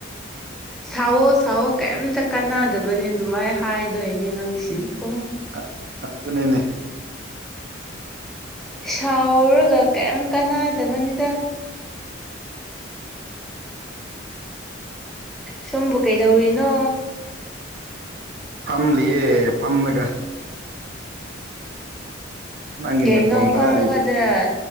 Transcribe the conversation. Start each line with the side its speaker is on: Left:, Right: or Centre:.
Centre: ꯁꯥꯎꯋꯣ ꯁꯥꯎꯋꯣ ꯀꯩꯝꯇ ꯀꯥꯟꯅꯗꯕꯅꯦ ꯑꯗꯨꯃꯥꯏ ꯍꯥꯏꯗꯣꯏꯅꯤ ꯅꯪꯁꯤꯗꯤꯀꯣ
Right: ꯑ ꯑ ꯑꯗꯨꯅꯤꯅꯦ
Centre: ꯁꯥꯎꯔꯒ ꯀꯩꯝ ꯀꯥꯟꯅꯗꯕꯅꯤꯗ ꯁꯣꯝꯕꯨ ꯀꯩꯗꯧꯔꯤꯅꯣ
Right: ꯐꯝꯂꯤꯌꯦ ꯐꯝꯂꯒ ꯅꯪꯒꯤ
Centre: ꯀꯩꯅꯣ
Right: ꯅꯈꯣꯟ ꯇꯥꯔꯤ
Centre: ꯐꯝꯕ ꯈꯇꯔꯥ